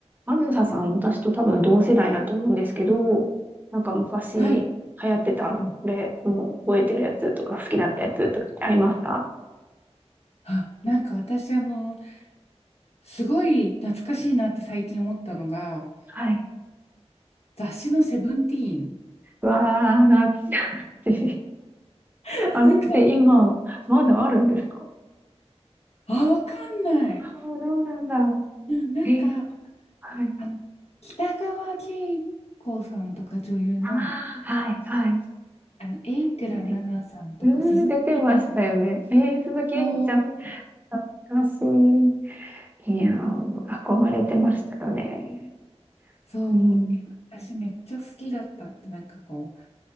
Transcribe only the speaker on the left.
はい。うん。
あ、なんか私、あの、すごい懐かしいなって最近思ったのが、
雑誌のセブンティーン。
<laughs>
なんか、
あ、わかんない。
うんなんか、
あの、北川景子さんとか女優の、
あの、榮倉奈々さんとか、
鈴木みたいな。
おー
そう。
いや私めっちゃ好きだったって、なんかこう、